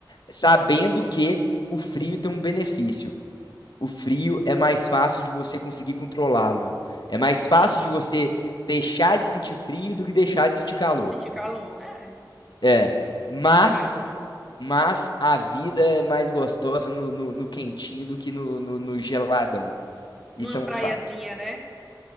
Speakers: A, on the left (about 65°); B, in the centre.
A: Sabendo que o frio tem um benefício. O frio é mais fácil de você conseguir controlá-lo. É mais fácil
B: Sim,
A: de você deixar de sentir frio do que deixar de sentir calor.
B: senti calor. É,
A: É. Mas,
B: tens razão.
A: mas a vida é mais gostosa no, no, no quentinho do que no, no no geladão. Isso
B: Numa
A: é um
B: praiazinha,
A: fato.
B: né?